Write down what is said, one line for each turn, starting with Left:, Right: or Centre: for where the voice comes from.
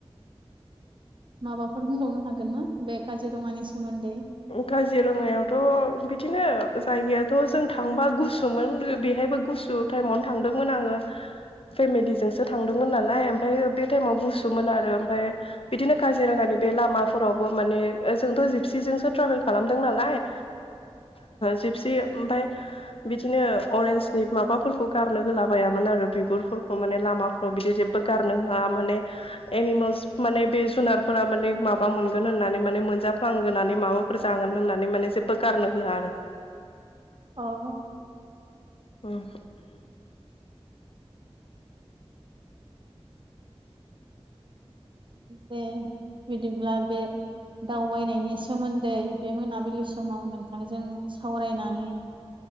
Right: माबाफोर बुंबावनो हागोन ना बे काजिरङानि सोमोन्दै?
Left: काजिरङायावथ' बिदिनो जायगायाथ' जों थांबा गुसोमोन बेहाय बो गुसु टाइमावनो थांदोंमोन आंङो। फेमिलिजोंसो थांदोंमोन नालाय ओमफ्रायाय बे टाइमाव गुसोमोन आरो ओमफ्राय बिदिनो काजिरङानि बे लामाफोरावबो माने जोंथ' जिपसिजोंसो ट्रेभेल खालामदों नालाय जिपसि ओमफ्राय बिदिनो अरेन्जनि माबाफोरखौ गारनो होलाबायामोन। आरो बिगुर फोरखौ माने लामाफोराव बिदि जेब्बो गारनो होआ माने एनिमेलस माने बे जुना नारफोर माने माबा मोनगोन होननानै माने मोनजाफ्लांगोनानै माबा फोर जागोन होननानै माने जेबो गारनो होआ आरो।
Right: औ।
Left: उम्म
Right: बे बिदिब्ला बे दावबायनायनि सोमोन्दै बे मोनाबिलि समाव नोंथांजों सावरायनानै